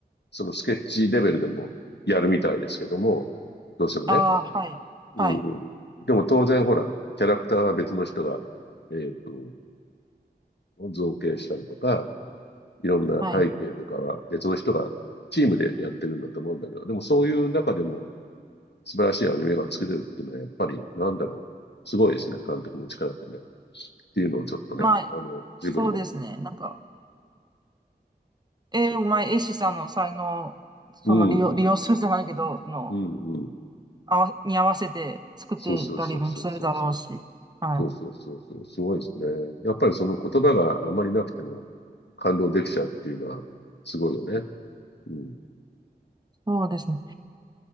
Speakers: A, on the left; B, on the right.
A: そのスケッチレベルでもやるみたいですけども、どうしてもね。
B: ああ、はい、
A: うんうん。
B: はい、
A: でも当然ほら、キャラクターは別の人が、えっと、造形したりとか、いろんな背景とかは別の人がチームでやってるんだと思うんだけど、
B: はい。
A: でもそういう中でも素晴らしいアニメが作れるっていうのはやっぱりなんだろう。すごいですね。監督の力ってね。っていうのをちょっとね、
B: まあ、
A: あの、ジブリの、
B: そうですね。なんか、えー、
A: そうそ
B: うまい絵師さんの才能、その利用、
A: う。うん、
B: 利用するじゃないけど、その、
A: うん、うん。
B: 合わ、に合わせて作っていたりもするだろうし。
A: そうそうそうそうそうそう。
B: はい。
A: そうそうそうそう、すごいですね。やっぱりその言葉があまりなくても感動できちゃうっていうのはすごいよね。うん。
B: そうですね。